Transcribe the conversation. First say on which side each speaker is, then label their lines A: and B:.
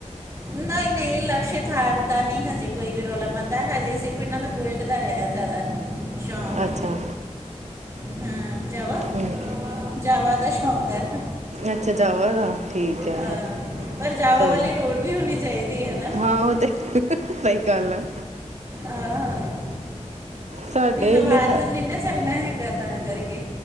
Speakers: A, on the right; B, on the right.
A: ਨਹੀ ਨਹੀ ਲਕਸ਼ ਥਾਰ ਦਾ ਨੀ ਹਜੇ ਕੋਈ ਵੀ ਰੌਲਾ ਪਾਉਂਦਾ, ਹਜੇ ਸਿਰਫ ਇਹਨਾਂ ਦਾ ਬੁਲਟ ਦਾ ਹੈ ਜ਼ਿਆਦਾ। ਸ਼ੋਂਕ
B: ਅੱਛਾ
A: <unintelligible> ਹੂ ਜਾਵਾਂ
B: ਹੂੰ
A: ਜਾਵਾਂ ਨਸ਼ਾ ਹੁੰਦਾ ਐ।
B: ਅੱਛਾ ਜਾਵਾ ਦਾ ਠੀਕ ਹੈ,
A: ਹਾਂ, ਪਰ ਜਾਵਾ
B: ਸਹੀ।
A: ਵਾਲੀ ਰੋਡ ਵੀ ਹੋਣੀ ਚਾਹੀਦੀ ਹੈ ਨਾ,
B: ਹਾਂ ਉਹ ਤੇ ਸਹੀ ਗੱਲ ਹੈ
A: ਆਹੋ
B: ਸਾਡੇ
A: ਹਵਾ
B: ਇਹਨੇ
A: ਚ ਨੀ ਨਾ ਚੱਲਣਾ ਹੈਗਾ ਤਾਂ ਕਰ ਕੇ